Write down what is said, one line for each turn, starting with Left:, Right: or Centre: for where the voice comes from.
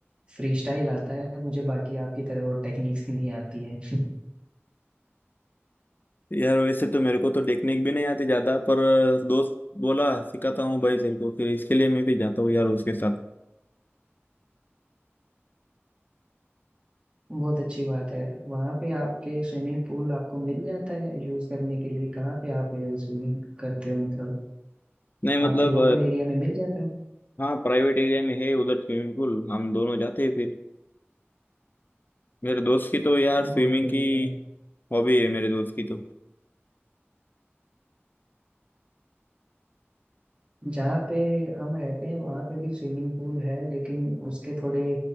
Right: फ्री स्टाइल आता है मुझे बाकी आपकी तरह वो टेक्निक्स नहीं आती हैं
Left: यार वैसे तो मेरे को तो टेक्निक भी नहीं आती ज्यादा पर दोस्त बोला सिखाता हूँ भाई तेरे को फिर इसके लिए मैं भी जाता हूँ यार उसके साथ
Right: बहुत अच्छी बात है वहाँ पे आपके स्विमिंग पूल आपको मिल जाता है या यूज करने के लिए कहाँ पे आप स्विमिंग करते हो मतलब
Left: नहीं मतलब
Right: आपके लोकल एरिया में मिल जाता है
Left: हाँ प्राइवेट एरिया में है उधर स्विमिंग पूल हम दोनों जाते हैं फिर मेरे दोस्त की तो यार स्विमिंग
Right: बहुत बढ़िया
Left: की
Right: भाई
Left: हॉबी है मेरे दोस्त की तो
Right: जहाँ पे हम रहते हैं वहाँ पे भी स्विमिंग पूल है लेकिन उसके थोड़े